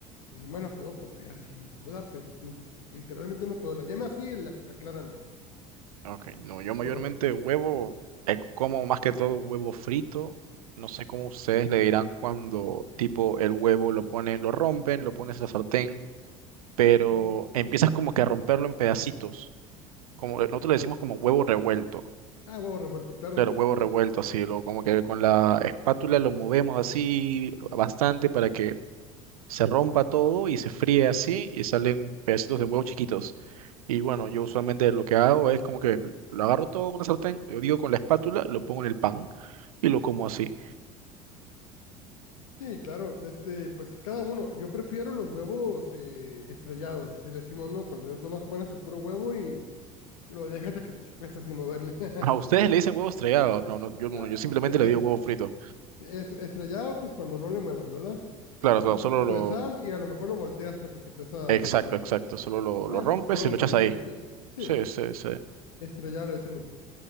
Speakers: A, on the left; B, on the right.
A: no me la puedo comer así cruda, pues no- literalmente no puedo. La yema sí, la, la clara no.
B: Ok, no, yo mayormente
A: Pero,
B: huevo, eh, como más que todo huevo frito. No sé cómo ustedes le dirán cuando tipo el huevo lo ponen, lo rompen, lo pones en la sartén, pero
A: huevo-
B: empiezas como que a romperlo en pedacitos. Como eh, nosotros le decimos como huevo revuelto.
A: ah, huevo revuelto, claro.
B: Claro, huevo
A: Eh,
B: revuelto, así, lo, como que con la espátula lo movemos así bastante para que se rompa todo y se fríe así y salen pedacitos de huevo chiquitos. Y bueno, yo usualmente lo que hago es como que lo agarro todo con la sartén, yo digo con la espátula, lo pongo en el pan y lo como así.
A: sí, claro, este, pues cada uno. Yo prefiero los huevos eh, estrellados, así le decimos, ¿no? Cuando es nomás pones el puro huevo y lo dejas hasta que se cueza sin moverle. <laughs>
B: A ustedes le dicen huevo estrellado. No, no, yo no,
A: Ah,
B: yo simplemente
A: ah, est-
B: le digo huevo frito.
A: est- estrellado, pues cuando no le muevas, ¿verdad?
B: Claro,
A: Que le eches
B: claro,
A: un
B: solo
A: poquito
B: lo...
A: de sal y a lo mejor lo volteas para que se cueza
B: Exacto,
A: del otro lado.
B: exacto, solo lo,
A: Ah,
B: lo rompes
A: pues huevo
B: y lo
A: frito,
B: echas ahí.
A: y sí. Sí,
B: Sí, sí, sí.
A: estrellado le decimos.